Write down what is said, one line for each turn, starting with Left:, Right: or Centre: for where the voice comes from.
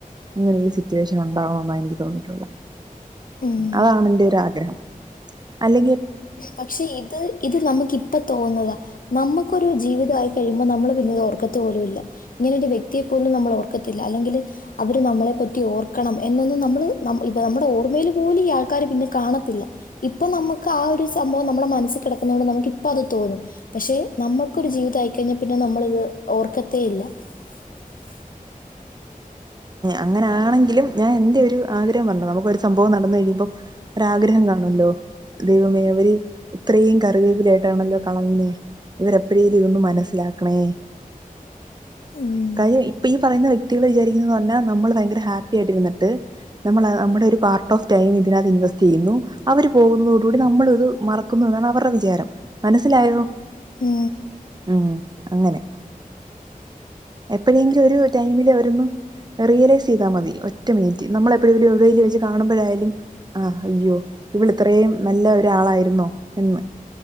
Right: അങ്ങനൊരു സിറ്റുവേഷൻ ഉണ്ടാകണമെന്ന എനിക്ക് തോന്നിയിട്ടുള്ളത്
Left: ഉം.
Right: അതാണെന്റെ ഒരു ആഗ്രഹം അല്ലെങ്കി
Left: പക്ഷെ ഇത് ഇത് നമുക്ക ഇപ്പം തോന്നുന്നത നമുക്കൊരു ജീവിതമായി കഴിയുമ്പോൾ നമ്മൾ പിന്നെ ഇത് ഓർക്കത്ത് പോലും ഇല്ല ഇങ്ങനൊരു വ്യക്തിയെ പോലും നമ്മൾ ഓർക്കത്തില്ല അല്ലെങ്കില് അവര് നമ്മളെ പറ്റി ഓർക്കണം എന്നൊന്നും നമ്മള് ഇ നമ്മുടെ ഓർമ്മേല് പോലും ഈ ആൾക്കാര് പിന്നെ കാണത്തില്ല ഇപ്പൊ നമുക്ക് ആ ഒരു സംഭവം നമ്മുടെ മനസ്സില് കെടക്കുന്നൊണ്ടത് നമുക്ക് ഇപ്പ അത് തോന്നും പക്ഷെ നമ്മക്കൊരു ജീവിതായിക്കയ്ഞ്ഞാ, പിന്നെ നമ്മളിത് ഓർക്കത്തേയില്ല. <inaudible>
Right: അങ്ങനൊണെങ്കിലും ഞാൻ എന്റെ ഒരു ആഗ്രഹം പറഞ്ഞതാ നമുക്കൊരു സംഭവം നടന്നു കഴിയുമ്പം ഒരുരാഗ്രഹം കാണോല്ലോ ദൈവമേ അവര് ഇത്രയും കറിവേപ്പിലായ്ട്ടാണല്ലോ കളഞ്ഞേ, ഇവരെപ്പഴേലും ഇതൊന്ന് മനസ്സിലാക്കണേ
Left: ഉം
Right: കാര്യം ഇപ്പൊ ഈ പറയുന്ന വ്യക്തികളെ വിചാരിക്കുന്ന എന്ന് പറഞ്ഞാൽ നമ്മൾ ഭയങ്കര ഹാപ്പി ആയിട്ടിരുന്നിട്ട്. നമ്മള് നമ്മുടൊരു പാർട്ട് ഓഫ് ടൈം ഇതിനകത്ത് ഇൻവെസ്റ്റെയ്യുന്നു. അവര് പോകുന്നതോടുകൂടി നമ്മളിത്, മറക്കുന്നു ന്നാണ് അവർടെ വിചാരം. മനസ്സിലായോ?
Left: മ്.
Right: ഉം അങ്ങനെ എപ്പോഴെങ്കിലും ഒരു ടൈമില് അവരൊന്നും റിയലൈസ് ചെയ്താൽ മതി ഒറ്റ മിനിറ്റ് നമ്മള എപ്പോഴെും വഴീല് വെച്ച് കാണുമ്പോഴായാലും ആഹ് അയ്യോ ഇവിൾ ഇത്രയും നല്ല ഒരാളായിരുന്നോ എന്ന്